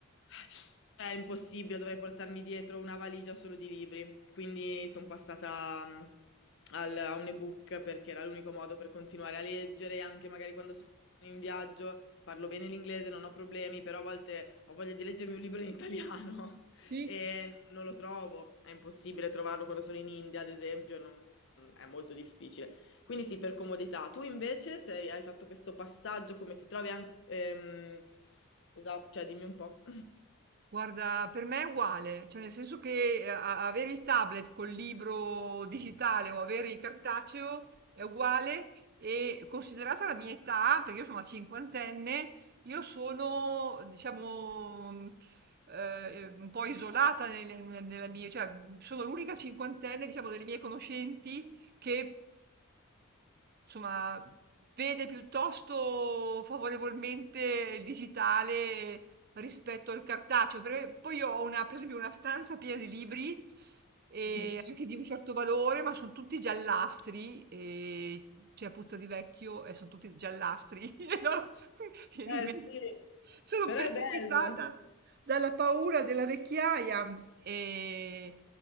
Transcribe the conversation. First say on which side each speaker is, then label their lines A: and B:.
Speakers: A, on the left; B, on the right.
A: cioè, è impossibile, dovrei portarmi dietro una valigia solo di libri, quindi sono passata mm, al- a un ebook perché era l'unico modo per continuare a leggere, anche magari quando sono in viaggio. Parlo bene l'inglese, non ho problemi, però a volte ho voglia di leggermi un libro in italiano <laughs>
B: Sì,
A: e non lo trovo. È impossibile trovarlo quando sono in India, ad esempio, non- è molto difficile. Quindi sì, per comodità. Tu invece sei- hai fatto questo passaggio, come ti trovi anche... ehm, esatto, cioè dimmi un po'.
B: Guarda, per me è uguale, cioè nel senso che eh, a- a- avere il tablet col libro digitale o avere il cartaceo è uguale e considerata la mia età, perché io sono una cinquantenne, io sono, diciamo, mh, eh, eh, un po' isolata nel- nel- nella mia, cioè mh, sono l'unica cinquantenne, diciamo, delle mie conoscenti che Insomma, vede piuttosto favorevolmente il digitale rispetto al cartaceo, perché poi io ho una, per esempio una stanza piena di libri, e
A: <laughs>
B: anche di un certo valore, ma sono tutti giallastri, e c'è puzza di vecchio e sono tutti giallastri. <laughs> E allora, viene
A: Eh
B: in mente.
A: sì,
B: <laughs> Sono
A: però
B: perseguitata
A: è bello.
B: dalla paura della vecchiaia, ehm,